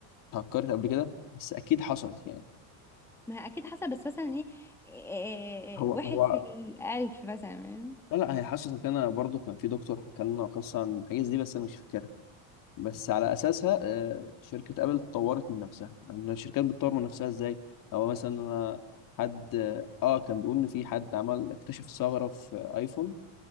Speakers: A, on the left (about 45°); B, in the centre.
A: اتهكرت قبل كده بس اكيد حصلت يعني
B: ما اكيد حصل بس مثلا ايه آه،
A: هو
B: واحد
A: هو
B: في الالف مثلا
A: لا لا هي حصلت وكان أنا برضو كان في دكتور حكى لنا قصه عن الحاجات دي بس انا مش فاكرها بس على اساسها آه، شركه ابل اتطورت من نفسها يعني الشركات بتطور من نفسها ازاي او مثلا انا حد اه كان بيقول ان في حد عمل اكتشف ثغره في ايفون